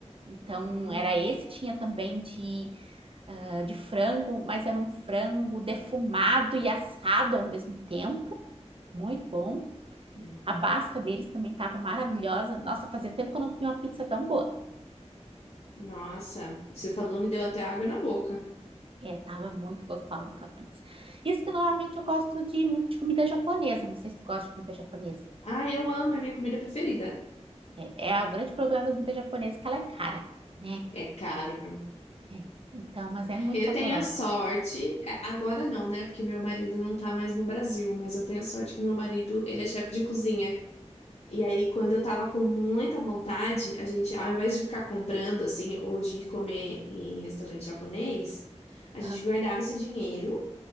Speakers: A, on the right; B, on the left.
A: Então,
B: hum,
A: era esse, tinha também de ah, de frango, mas era um frango defumado e assado ao mesmo tempo. Muito bom.
B: hum.
A: A basca deles também estava maravilhosa. Nossa, fazia tempo que eu não comia uma pizza tão boa.
B: Nossa, você falou, me deu até água na boca.
A: É, tava muito gostosa aquela pizza. Isso que normalmente eu gosto de muito de comida japonesa. Não sei se tu gosta de comida japonesa.
B: Ah, eu amo, é minha comida preferida.
A: É, é o grande problema da comida japonesa é que ela é cara, né?
B: É caro.
A: É. Então, mas é muito
B: Eu
A: saborosa.
B: tenho a sorte, é, agora não, né? Porque meu marido não tá mais no Brasil, mas eu tenho a sorte que meu marido, ele é chefe de cozinha. E aí, quando eu tava com muita vontade, a gente, ao invés de ficar comprando assim, ou de ir comer em restaurante japonês, a gente
A: Ah,
B: guardava esse dinheiro